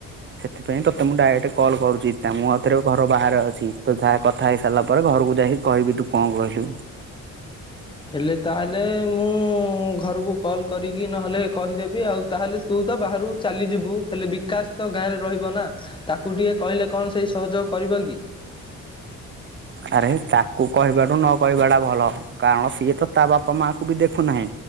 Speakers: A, on the right; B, on the left.
A: ସେଥିପାଇଁ ତୋତେ ମୁଁ ଡାଇରେକ୍ଟ କଲ୍ କରୁଛି ଏଥରେ ଘର ବାହାରେ ଅଛି ତ ଯାହା କଥା ହେଇସାରିଲା ପରେ ଘରକୁ ଯାଇକି କହିବି ତୁ କଣ କହିଲୁ।
B: ହେଲେ ତାହେଲେ ମୁଁ ଘରକୁ କଲ୍ କରିକି ନହେଲେ କହିଦେବି ଆଉ ତାହେଲେ ତୁ ତ ବାହାରୁ କୁ ଚାଲିଯିବୁ ହେଲେ ବିକାଶ ତ ଗାଁରେ ରହିବ ନା। ତାକୁ ଟିକେ କହିଲେ କଣ ସେଇ ସହଯୋଗ କରିବ କି।
A: ଆରେ ତାକୁ କହିବାଠୁ ନ କହିବାଟା ଭଲ କାରଣ ସିଏ ତ ତା ବାପା ମା ଙ୍କୁ ବି ଦେଖୁନାହିଁ।